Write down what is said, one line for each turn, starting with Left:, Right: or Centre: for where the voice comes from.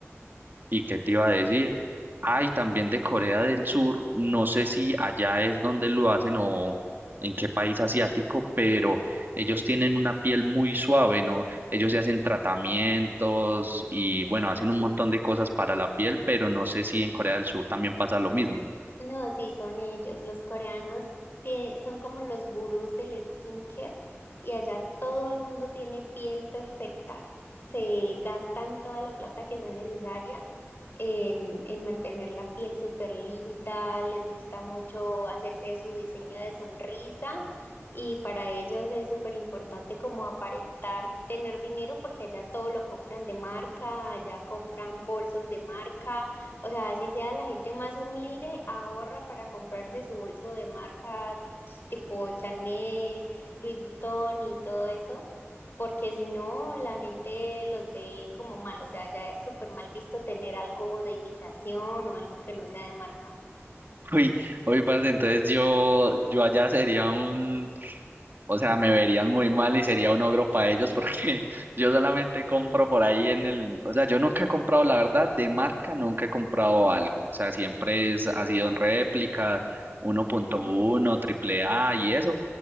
Right: ¿Y qué te iba a decir? Ay, también de Corea del Sur, no sé si allá es donde lo hacen o en qué país asiático, pero ellos tienen una piel muy suave, ¿no? Ellos se hacen tratamientos y bueno, hacen
Left: Sí.
Right: un montón de cosas para la piel, pero no sé si en Corea del Sur también pasa lo mismo.
Left: No, sí, son ellos. Los coreanos tie- son como los gurús del skincare y allá todo el mundo tiene piel perfecta. Se gastan toda la plata que sea necesaria en, en mantener la piel súper linda. Les gusta mucho hacerse su diseño de sonrisa y para ellos es súper importante como aparentar tener dinero porque allá todo lo compran de marca, allá compran bolsos de marca. O sea, así sea la gente más humilde, ahorra para comprarse su bolso de marca tipo Chanel, Louis Vuitton y todo eso, porque si no, la gente los ve como mal, o sea, ya es súper mal visto tener algo de imitación o algo que no sea de marca.
Right: <laughs> Uy, uy, parce, entonces yo, yo allá sería un O sea, me verían muy mal y sería un ogro para ellos porque <laughs> yo solamente compro por ahí en el, o sea, yo nunca he comprado, la verdad, de marca nunca he comprado algo. O sea, siempre es, ha sido en réplica, 1.1, AAA y eso,